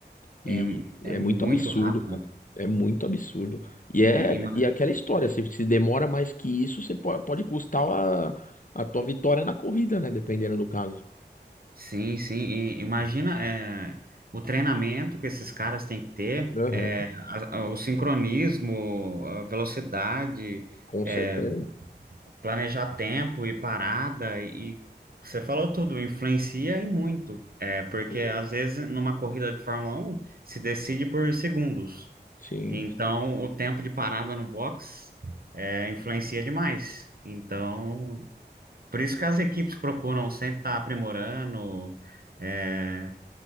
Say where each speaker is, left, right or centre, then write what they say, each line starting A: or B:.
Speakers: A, on the left; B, on the right.
A: E
B: É,
A: é
B: é muito
A: muito absurdo,
B: rápido.
A: cara. É muito absurdo. E é
B: E, ima-
A: e é aquela história, se, se demora mais que isso, você po- pode, custar a, a tua vitória na corrida, né? Dependendo do caso.
B: sim, sim. e imagina é, o treinamento que esses caras têm que ter,
A: Aham,
B: é, a- a- o sincronismo, a velocidade.
A: com
B: é,
A: certeza.
B: planejar tempo e parada e você falou tudo, influencia e muito. É, porque
A: Sim,
B: às vezes numa corrida de Fórmula Um se decide por segundos.
A: sim.
B: Então o tempo de parada no box é, influencia demais. Então, por isso que as equipes procuram sempre estar aprimorando é,